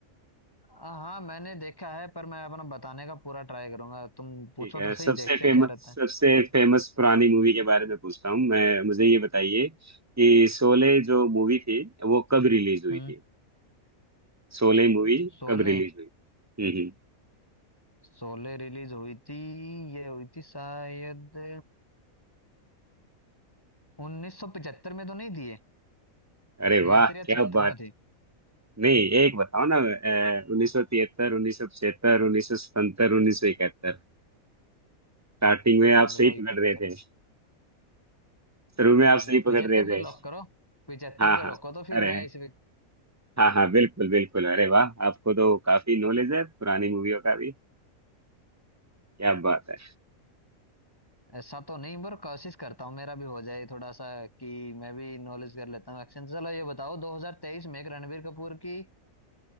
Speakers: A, on the left; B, on the right.
A: आ, हाँ मैंने देखा है पर मैं अपना बताने का पूरा ट्राई करूंगा तुम पूछो
B: ठीक है
A: तो सही
B: सबसे
A: देखते
B: फेमस
A: हैं क्या रहता है
B: सबसे फेमस पुरानी मूवी के बारे में पूछता हूँ मैं मुझे ये बताइए कि शोले जो मूवी थी वो कब रिलीज हुई
A: हम्म।
B: थी शोले मूवी
A: शोले
B: कब रिलीज हुई हम्म हम्म।
A: शोले रिलीज हुई थी ये हुई थी शायद 1975 में तो नहीं थी ये
B: अरे
A: 75
B: वाह
A: या
B: क्या
A: 76
B: बात
A: में थी
B: नहीं एक बताओ ना उन्नीस सौ तिहत्तर उन्नीस सौ पचहत्तर उन्नीस सौ सत्तर उन्नीस सौ इकहत्तर स्टार्टिंग में
A: अरे
B: आप
A: मतलब
B: सही
A: 71
B: पकड़ रहे थे
A: अ,
B: शुरू में आप सही
A: तो 75
B: पकड़ रहे
A: पे
B: थे
A: लॉक करो 75
B: हाँ
A: पे
B: हाँ
A: रोको तो फिर
B: अरे
A: मैं इस
B: हाँ हाँ बिल्कुल बिल्कुल अरे वाह आपको तो काफी नॉलेज है पुरानी मूवियों का भी क्या बात है
A: ऐसा तो नहीं पर कोशिश करता हूँ मेरा भी हो जाए थोड़ा सा कि मैं भी नॉलेज कर लेता हूँ एक्शन चलो ये बताओ 2023 में एक रणबीर कपूर की